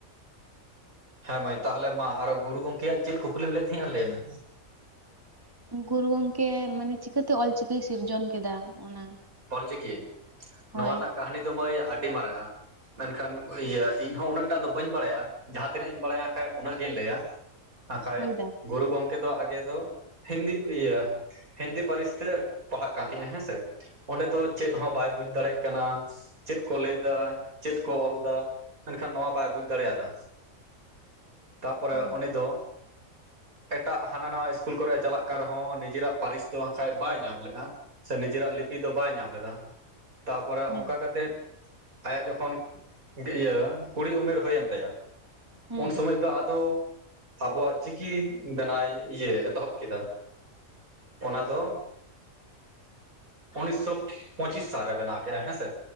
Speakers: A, on the right; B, on the right.
A: ᱦᱮᱸ ᱢᱟᱟᱹᱭ ᱛᱟᱞᱦᱮ ᱢᱟ ᱟᱨᱚ ᱜᱩᱨᱩ ᱜᱚᱢᱠᱮᱭᱟᱜ ᱪᱮᱫ ᱠᱩᱠᱞᱤᱢ ᱞᱟᱹᱭᱮᱫ ᱛᱟᱦᱮᱸᱱᱟ ᱞᱟᱹᱭ ᱢᱮ
B: ᱜᱩᱨᱩ ᱜᱚᱝᱠᱮ ᱢᱟᱱᱮ ᱪᱤᱠᱟᱹᱛᱮ ᱚᱞ ᱪᱤᱠᱤᱭ ᱥᱤᱨᱡᱚᱱ ᱠᱮᱫᱟ ᱚᱱᱟ
A: ᱚᱞ ᱪᱤᱠᱤ ᱱᱚᱣᱟ
B: ᱦᱳᱭ
A: ᱨᱮᱱᱟᱜ ᱠᱟᱹᱦᱱᱤ ᱫᱚ ᱢᱟᱹᱭ ᱟᱹᱰᱤ ᱢᱟᱨᱟᱝ ᱟ। ᱢᱮᱱᱠᱷᱟᱱ ᱤᱭᱟᱹ ᱤᱧᱦᱚᱸ ᱩᱱᱟᱹᱜ ᱴᱟ ᱫᱚ ᱵᱟᱹᱧ ᱵᱟᱲᱟᱭᱟ ᱡᱟᱦᱟᱸ ᱛᱤᱱᱟᱹᱜ ᱤᱧ ᱵᱟᱲᱟᱭᱟ ᱠᱷᱟᱡ ᱩᱱᱟᱹᱜ ᱜᱤᱧ ᱞᱟᱹᱭᱟ ᱟᱠᱷᱟᱡ
B: ᱦᱳᱭ ᱫᱟ
A: ᱜᱩᱨᱩ ᱜᱚᱝᱠᱮ ᱫᱚ ᱟᱜᱮ ᱫᱚ ᱦᱤᱱᱫᱤ ᱤᱭᱟᱹ ᱦᱤᱱᱫᱤ ᱯᱟᱹᱨᱤᱥ ᱛᱮ ᱯᱟᱲᱦᱟᱜ ᱠᱟᱱ ᱛᱟᱦᱮᱸᱜᱼᱟ ᱦᱮᱸᱥᱮ ᱚᱸᱰᱮ ᱫᱚ ᱪᱮᱫ ᱦᱚᱸ ᱵᱟᱭ ᱵᱩᱡ ᱫᱟᱲᱮᱜ ᱠᱟᱱᱟ ᱪᱮᱫ ᱠᱚ ᱞᱟᱹᱭ ᱮᱫᱟ ᱪᱮᱫ ᱠᱚ ᱚᱞ ᱮᱫᱟ ᱢᱮᱱᱠᱷᱟᱱ ᱱᱚᱣᱟ ᱵᱟᱭ ᱵᱩᱡ ᱫᱟᱲᱮᱭᱟᱫᱟ ᱛᱟᱯᱚᱨᱮ
B: ᱦᱳᱭ
A: ᱩᱱᱤ ᱫᱚ ᱮᱴᱟᱜ ᱦᱟᱱᱟ ᱱᱟᱣᱟ ᱤᱥᱠᱩᱞ ᱠᱚᱨᱮ ᱪᱟᱞᱟᱜ ᱠᱟᱱ ᱨᱮᱦᱚᱸ ᱱᱤᱡᱮᱨᱟᱜ ᱯᱟᱹᱨᱤᱥ ᱫᱚ ᱟᱠᱷᱟᱡ ᱵᱟᱭ ᱧᱟᱢ ᱞᱮᱜ- ᱟ ᱥᱮ ᱱᱤᱡᱮᱨᱟᱜ ᱞᱤᱯᱤ ᱫᱚ ᱵᱟᱭ ᱧᱟᱢ ᱞᱮᱫᱟ ᱛᱟᱨᱯᱚᱨᱮ
B: ᱦᱮᱸ
A: ᱚᱱᱠᱟ ᱠᱟᱛᱮᱜ ᱟᱭᱟᱜ ᱡᱚᱠᱷᱚᱱ ᱤᱭᱟᱹ ᱠᱩᱲᱤ ᱩᱢᱮᱨ ᱦᱩᱭᱮᱱ ᱛᱟᱭᱟ
B: ᱦᱮᱸ
A: ᱩᱱ ᱥᱚᱢᱚᱭ ᱫᱚ ᱟᱫᱚ ᱟᱵᱚᱣᱟᱜ ᱪᱤᱠᱤ ᱵᱮᱱᱟᱭ ᱤᱭᱟᱹ ᱮᱛᱚᱦᱚᱵ ᱠᱮᱫᱟ ᱚᱱᱟ ᱫᱚ ᱩᱱᱤᱥᱥᱚ ᱯᱚᱸᱪᱤᱥ ᱥᱟᱞ ᱨᱮ ᱵᱮᱱᱟᱣ ᱠᱮᱫᱼᱟ ᱦᱮᱸᱥᱮ